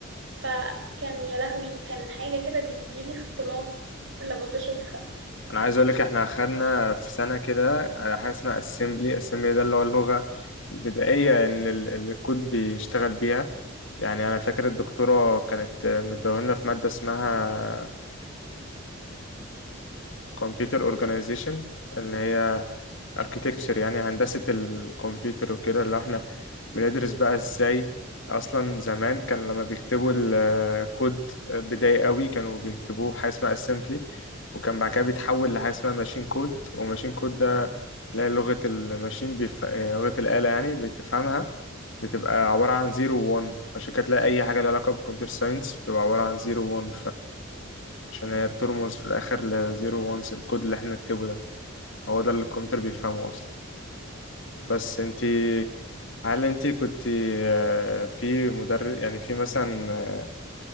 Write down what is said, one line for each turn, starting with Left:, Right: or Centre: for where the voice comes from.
Right: فكان يا لهوي كان حاجة كده بيجيلي اختناق لما بشوفها
Left: انا عايز اقول لك احنا خدنا في سنة كده آه، حاجة اسمها assembly assembly ده اللي هو اللغة البدائية ان ال- اللي الكود بيشتغل بيها يعني انا فاكر الدكتورة كانت مديهولنا في مادة اسمها كمبيوتر اورجانيزيشن اللي هي اركيتكتشر يعني هندسة الكمبيوتر وكده اللي احنا بندرس بقى ازاي اصلا زمان كان لما بيكتبوا الكود بداية قوي كانوا بيكتبوه بحاجة اسمها اسمبلي وكان بعد كده بيتحول لحاجة اسمها ماشين كود وماشين كود ده اللي هي لغة الماشين بيف... آه، لغة الآلة يعني بتفهمها بتبقى عبارة عن زيرو وون فعشان كده تلاقي أي حاجة لها علاقة بالكمبيوتر ساينس بتبقى عبارة عن زيرو وون عشان هي بترمز في الآخر لزيرو وانس الكود اللي احنا نكتبه ده هو ده اللي الكمبيوتر
Right: مم.
Left: بيفهمه أصلا بس انتي هل انتي كنت آه، في مدرس يعني في مثلا